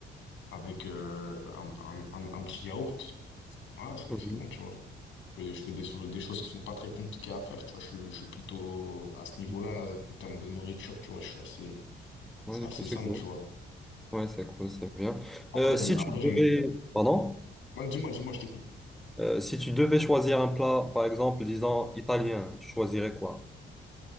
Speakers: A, on the left (about 75°); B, in the centre.
A: avec euh, un, un, un- un petit yaourt. Voilà, c'est,
B: Oui.
A: c'est bon, tu vois. Et je fais des, so- des choses qui sont pas très compliquées à faire, tu vois. Je, suis- je suis plutôt à ce niveau-là,
B: Mhm.
A: en termes de nourriture, tu vois, je suis assez,
B: Ouais,
A: c'est
B: du
A: assez
B: coup, c'est
A: simple,
B: cool.
A: tu vois.
B: Ouais, c'est cool, c'est bien.
A: Après,
B: Euh,
A: j'aime,
B: si
A: après,
B: tu devais.
A: j'aime,
B: Pardon?
A: Bah, dis-moi, dis-moi, je t'écoute.
B: Euh, si tu devais choisir un plat, par exemple, disons italien, tu choisirais quoi?